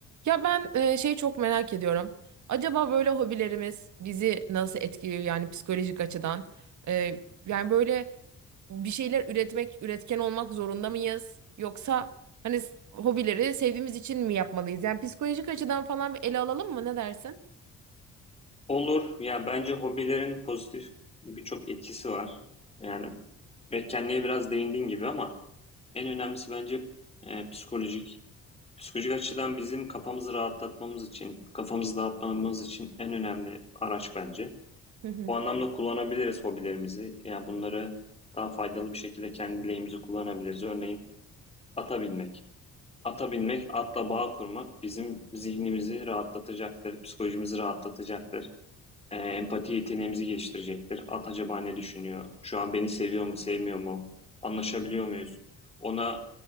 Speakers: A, on the right; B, on the left.
A: Ya ben e, şey çok merak ediyorum. Acaba böyle hobilerimiz bizi nasıl etkiliyor yani psikolojik açıdan? E, yani böyle bir şeyler üretmek, üretken olmak zorunda mıyız? Yoksa hani s- hobileri sevdiğimiz için mi yapmalıyız? Yani psikolojik açıdan falan bir ele alalım mı? Ne dersin?
B: Olur. Ya bence hobilerin pozitif birçok etkisi var. Yani etkenliğe biraz değindiğin gibi ama en önemlisi bence e, psikolojik. Psikolojik açıdan bizim kafamızı rahatlatmamız için, kafamızı dağıtmamamız için en önemli araç bence.
A: <laughs>
B: O anlamda kullanabiliriz hobilerimizi. Yani bunları daha faydalı bir şekilde kendi lehimize kullanabiliriz. Örneğin ata binmek. Ata binmek, atla bağ kurmak bizim zihnimizi rahatlatacaktır, psikolojimizi rahatlatacaktır. Ee, empati yeteneğimizi geliştirecektir. At acaba ne düşünüyor? Şu an beni seviyor mu, sevmiyor mu? Anlaşabiliyor muyuz? Ona